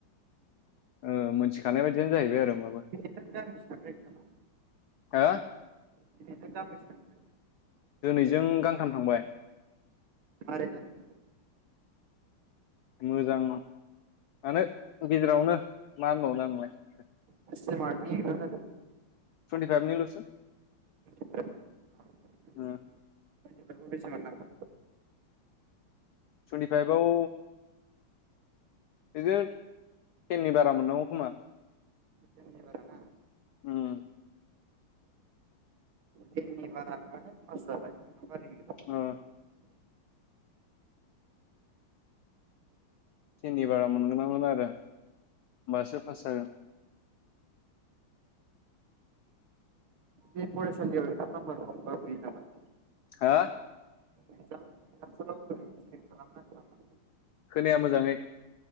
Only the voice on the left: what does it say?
ओ मोनथिखानाय बायदियानो जाहैबाय आरो माबा।
हो
दिनैजों गांथाम थांबाय।
मोजां आनो गेजेरावनो मा होनबावनो आंलाय।
टुइन्टिफाइभनिल'सो
उम
तुइनति फाइभ आव बिदि तेननि बारा मोननांगौ खोमा।
उम।
ओ
तिननि बारा मोनग्रो नांगोन आरो होमबासो पास जागोन।
हा
खोनाया मोजाङै।